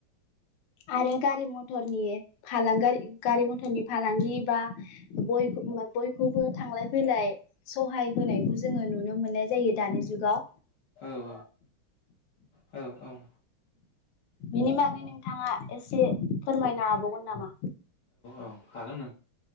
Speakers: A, on the left; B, on the left.
A: आरो गारि मथरनि फालां गारि गारि मथरनि फालांगि। बा बय बयखौबो थांलाय फैलाय सहाय होनायखौ जोङो नुनो मोननाय जायो दानि जुगाव।
B: औ औ औ
A: बिनि बागै नोंथाङा एसे फोरमायनो हाबावगोन नामा?
B: औ हागोन।